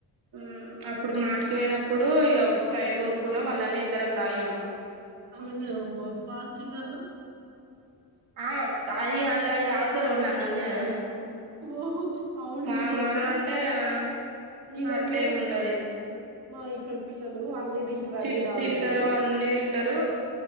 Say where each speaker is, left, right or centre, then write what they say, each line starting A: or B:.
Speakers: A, on the right; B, on the right.
A: ఊమ్ అప్పుడు మాటకి పోయినప్ ఇప్పుడు ఇగ ఒక స్ప్రైట్ కొనుక్కున్నాం అళ్లనే ఇద్దరం దాగినం
B: ఆమె ఫాస్టింగ్ అనవ్
A: ఆ తయి అల్ అయి త్త రోడ్ల అన్నం తినద హ
B: ఓహో అవును
A: మా
B: ఈడ
A: మనం
B: కూడా
A: అంటే ఆ
B: ఈడ
A: అట్లేమి
B: గుడ
A: ఉండది
B: మా ఇక్కడ పిల్లలు అన్ని తింటారు
A: చిప్స్
B: అన్ని తాగుతారు
A: తింటారు అన్ని తింటారు